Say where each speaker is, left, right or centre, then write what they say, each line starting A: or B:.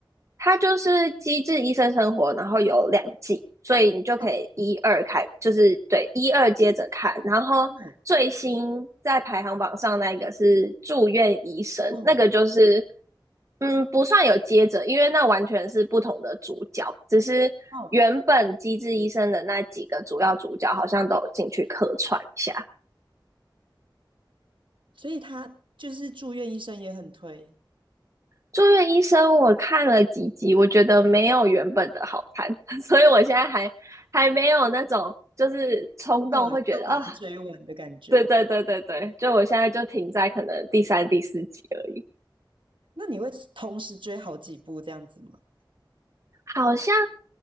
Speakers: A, on the right (about 40°); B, on the right (about 80°).
A: 它就是《机智医生生活》，然后有两季，所以你就可以一二开，
B: 哦，
A: 就是对一二接着看。然后最新在排行榜上那一个是《住院医生》，
B: 哦哦，
A: 那个就是嗯不算有接着，因为那完全是不同的主角，只是原本《机智医生》的那几个主要主角好像都有进去客串一下。
B: 哦所以他就是住院医生也很推，
A: 住院医生我看了几集，我觉得没有原本的好看，<laughs> 所以我现在还还没有那种就是冲动会觉得啊、
B: 呃，要把它追完的感觉。
A: 对对对对对，就我现在就停在可能第三、第四集而已，
B: 那你会同时追好几部这样子吗？
A: 好像